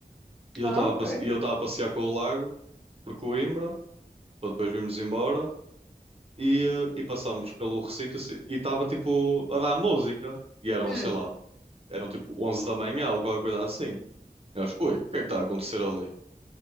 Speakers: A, on the right (about 40°); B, in the centre.
A: E eu
B: Ah,
A: estava
B: ok.
A: a, passe- e eu estava a passear com o lago por Coimbra, para depois virmos embora, e, eh, e passámos pelo recinto assim, e estava tipo a dar música. E eram,
B: Mm,
A: sei lá, eram tipo 11 da manhã ou qualquer coisa assim. E nós, ui, o que é que está a acontecer ali?